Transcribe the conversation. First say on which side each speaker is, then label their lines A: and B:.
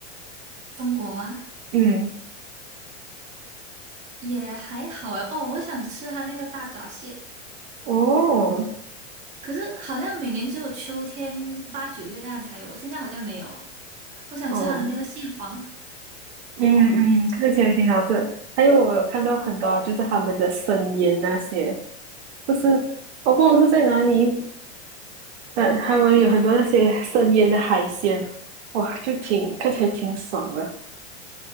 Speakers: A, on the right; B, on the right.
A: 中国吗？
B: 嗯，
A: 也还好哎。哦，我想吃它那个大闸蟹，
B: 哦，
A: 可是好像每年只有秋天八九月那样才有，现在好像没有。我想吃它的那个蟹黄。
B: 哦，嗯嗯，看起来挺好吃。还有我有看到很多就是他们的生腌那些，不是，我不懂是在哪里，但他们有很多那些生腌的海鲜，哇，就挺看起来挺爽的。